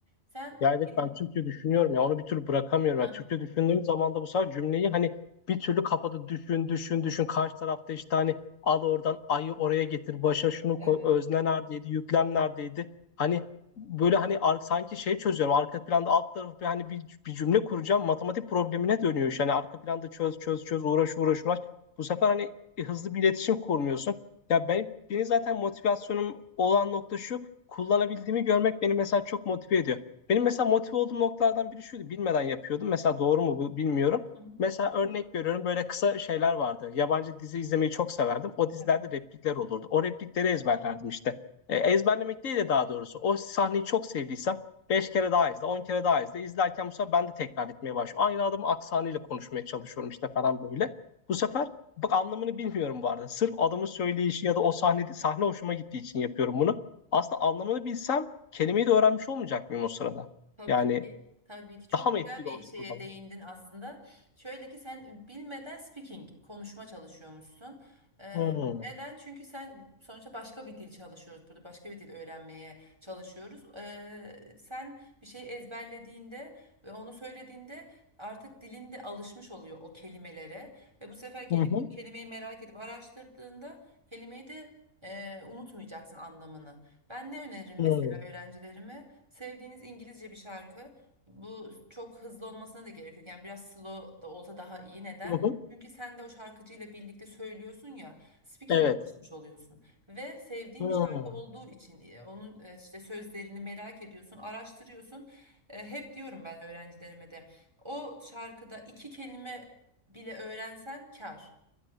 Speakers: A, on the right (about 20°); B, on the left (about 70°).
A: Sen
B: Ya evet
A: yeni
B: ben Türkçe düşünüyorum ya onu bir türlü bırakamıyorum.
A: Hah,
B: Yani Türkçe düşündüğüm zaman da bu sefer cümleyi hani bir türlü kafada düşün düşün düşün karşı tarafta işte hani al oradan ayı oraya getir başa şunu
A: evet.
B: koy özne neredeydi yüklem neredeydi. Hani böyle hani ar- sanki şey çözüyorum arka planda alt tarafı bir hani bir, bir cümle kuracağım matematik problemine dönüyor. iş. hani arka planda çöz çöz çöz uğraş uğraş uğraş bu sefer hani hızlı bir iletişim kurmuyorsun. Ya ben, benim zaten motivasyonum olan nokta şu kullanabildiğimi görmek beni mesela çok motive ediyor. Benim mesela motive olduğum noktalardan biri şuydu. Bilmeden yapıyordum. Mesela doğru mu bu bilmiyorum.
A: Hı
B: Mesela örnek veriyorum böyle kısa şeyler vardı. Yabancı dizi izlemeyi çok severdim. O dizilerde
A: hı.
B: replikler olurdu. O replikleri ezberlerdim işte. E, ezberlemek değil de daha doğrusu. O sahneyi çok sevdiysem 5 kere daha izle, 10 kere daha izle. İzlerken bu sefer ben de tekrar etmeye başlıyorum. Aynı adamın aksanıyla konuşmaya çalışıyorum işte falan böyle. Bu sefer bak anlamını bilmiyorum bu arada. Sırf adamın söyleyişi ya da o sahne, sahne hoşuma gittiği için yapıyorum bunu. Aslında anlamını bilsem kelimeyi de öğrenmiş olmayacak mıyım o sırada?
A: Tabii
B: Yani
A: ki. Tabii ki çok
B: daha mı
A: güzel
B: etkili
A: bir
B: olacak
A: şeye
B: o zaman?
A: değindin aslında. Şöyle ki sen bilmeden speaking, konuşma çalışıyormuşsun. Ee,
B: Hmm.
A: neden? Çünkü sen sonuçta başka bir dil çalışıyoruz burada. Başka bir dil öğrenmeye çalışıyoruz. Ee, sen bir şeyi ezberlediğinde ve onu söylediğinde artık dilin de alışmış oluyor o kelimelere. Ve bu sefer gelip
B: Hı hı.
A: o kelimeyi merak edip araştırdığında kelimeyi de e, unutmayacaksın anlamını. Ben ne öneririm
B: Hı.
A: mesela öğrencilerime? Sevdiğiniz İngilizce bir şarkı. Bu çok hızlı olmasına da gerek yok. Yani biraz slow da olsa daha iyi. Neden?
B: Hı hı. hı.
A: Çünkü sen de o şarkıcıyla birlikte söylüyorsun ya, speaking
B: Evet.
A: çalışmış oluyorsun. Ve sevdiğin
B: Hı.
A: bir şarkı olduğu için e, onun e, işte sözlerini merak ediyorsun, araştırıyorsun. E, Hep diyorum ben öğrencilerime de o şarkıda iki kelime bile öğrensen kâr.